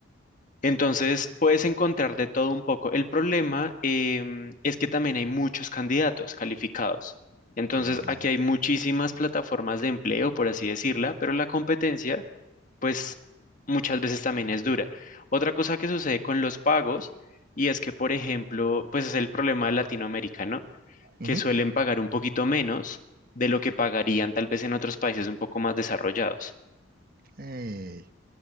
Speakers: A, on the left; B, on the right.
A: Entonces, puedes encontrar de todo un poco. El problema em, es que también hay muchos candidatos calificados. Entonces,
B: Eh,
A: aquí hay muchísimas plataformas de empleo, por así decirla, pero la competencia, pues, muchas veces también es dura. Otra cosa que sucede con los pagos, y es que, por ejemplo, pues es el problema latinoamericano,
B: uh
A: que
B: -huh.
A: suelen pagar un poquito menos de lo que pagarían tal vez en otros países un poco más desarrollados.
B: eh,